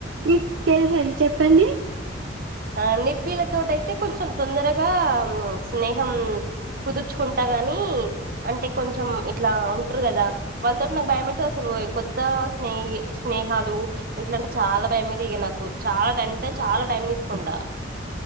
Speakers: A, on the right; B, on the right.
A: మీకు తెలుసాండి చెప్పండి
B: ఆ నిబ్బిల తోటయితే కొంచెం తొందరగా స్నేహం కుదుర్చుకుంటా గాని అంటే కొంచెం ఇట్లా ఉంటరు కదా వాళ్ళతోటి నాకు భయమవుతాది అసలు కొత్త స్నే స్నేహాలు ఇట్లాంటే చాలా భయమైతదిక నాకు చాలా అంటే చాలా టైం తీసుకుంటా